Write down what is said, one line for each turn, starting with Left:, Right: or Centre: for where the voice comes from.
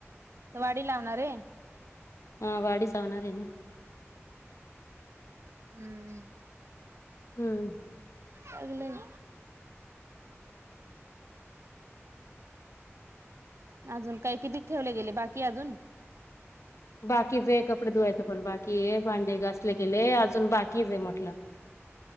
Right: त वाडी लावणारे?
Left: हां वाडीचवणारेना?
Right: हम्म.
Left: हम्म.
Right: अलग. अजून काय किती ठेवले गेले बाकी अजून?
Left: बाकीचे कपडे धुवायचं पण बाकीये भांडे घासले. लेले अजून बाकीचेय म्हंटलं.